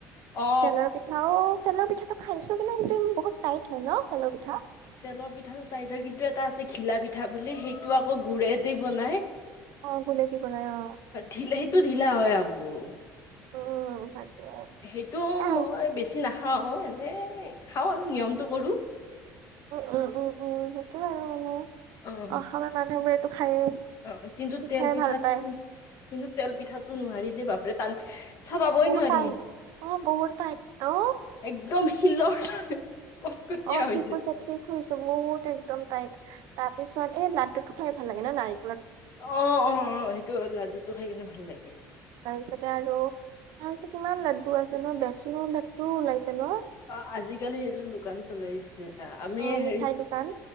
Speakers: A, on the left; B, on the right.
A: অ
B: তেলৰ পিঠাও তেলৰ পিঠাটো খাইছো কিন্তু ত বহুত টাইট হয় ন তেলৰ পিঠা।
A: তেলৰ পিঠাটো তাইত হয় কি এটা আছে ঘিলা পিঠা বুলি সেইটো আকৌ গুৰেদি বনাই
B: অ ঘুলেদি বনাই অ
A: ঢিলাইটো ঢিলা হয় আকৌ
B: উম। তাকে
A: সেইটো
B: উম
A: মই বেছি না খাওঁ এনে খাওঁ আৰু নিয়মটো কৰো,
B: উম উম উম উম সেইটো আৰু মানে
A: অ
B: অসমৰ মানুহবোৰে টো খায়ে পিঠাই
A: অ কিন্তু তেল পিঠাটো
B: ভাল পায়
A: কিন্তু তেল পিঠাটো নোৱাৰাৰি দে বাপৰে টান। চাবাবই
B: বহুত
A: নোৱাৰি
B: টাইট অ বহুত টাইট অ
A: একদম শিলৰ। কটকটীয়া
B: অ
A: হৈ
B: ঠিক
A: যায়
B: হৈছে ঠিক হৈছে বহুত একদম টাইট তাৰপিছত এই লাড়ুটো খাই ভাল লাগে নাৰি
A: অ অ অ সেইটো লাডু টো খাই কিনে ভাল লাগে।
B: তাৰপিছতে আৰু আৰুতো কিমান লাড্ডু আছে বেচনৰ লাড়ু ওলাইছে। ন
A: অ আজিকালি দোকানটো ওলাইছে আমি
B: অ মিঠাই
A: হেৰি
B: দোকান